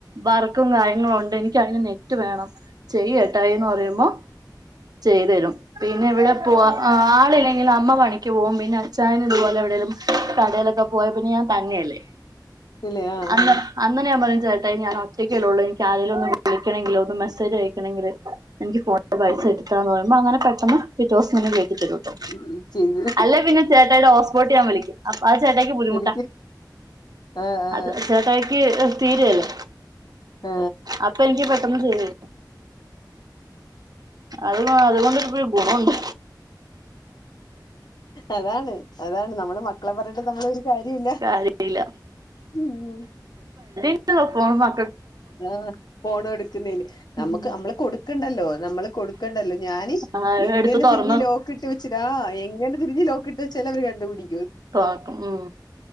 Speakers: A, on the right (about 55°); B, on the left (about 60°).
A: വർക്കും കാര്യങ്ങളും ഒണ്ട് എനിക്കാരേലും നെറ്റ് വേണം ചെയ്യ് ഏട്ടായീന്ന് പറയുമ്പോ ചെയ്ത് തരും പിന്നെ ഇവിടെ പോവാ ആളില്ലെങ്കില് അ അമ്മ പണിക്ക് പോവും പിന്നെ അച്ഛായൻ ഇതുപോലെ എവിടേലും കടയിലൊക്കെ പോയ പിന്നെ ഞാൻ തന്നെയല്ലേ
B: ഇല്ലേ ആ
A: അന്ന്
B: ആ
A: അന്നേ ഞാൻ പറയും ചേ ഞാൻ ഒറ്റയ്ക്കല്ലേ ഉള്ളൂ എനിക്ക് ആരേലും ഒന്ന് വിളിക്കണമെങ്കിലോ ഒന്നും മെസ്സേജ് അയക്കണമെങ്കിലോ എനിക്ക് ഫോൺ നമ്പർ അയച്ചു ത <unintelligible> അങ്ങന പെ അപ്പം പിറ്റേ ദിവസം തന്നെ കേറ്റി തരൂട്ടോ
B: ആ ചെയ്തു
A: അല്ലേ പിന്നെ ചേട്ടായിയുടെ ഹോസ്പോട്ട് ഞാൻ വലിക്കും അത് ചേട്ടയിക്ക് ബുദ്ധിമുട്ടാ
B: എനിക്ക് ആ ആ
A: അത് ചേട്ടായിക്ക് തീരയല്ലേ
B: ആ
A: അപ്പൊ എനിക്ക് ചെയ്തു തരുന്നെ അത് അതുകൊണ്ട് ഗുണണ്ട്
B: അതാണ് അതാണ് നമ്മള് മക്കളെ പറഞ്ഞിട്ട് നമ്മള് കാര്യല്ല
A: കാര്യല്ല
B: ഉം
A: <unintelligible> ഫോൺ വാ
B: ആ ഫോണ് എടുക്കുന്നേല് നമ്മുക്ക്
A: ഉം
B: നമ്മള് കൊടുക്കണ്ടല്ലോ നമ്മള് കൊടുക്കണ്ടല്ലോ ഞാന്
A: ആഹ്
B: എങ്ങനെ
A: എടുത്ത് തുറന്ന്
B: തിരിഞ്ഞ് ലോക്കിട്ട് വെച്ചതാ എങ്ങനെ തിരിഞ്ഞ് ലോക്കിട്ട് വെച്ചാൽ അവര് കണ്ടുപിടി
A: തോക്കും ഉ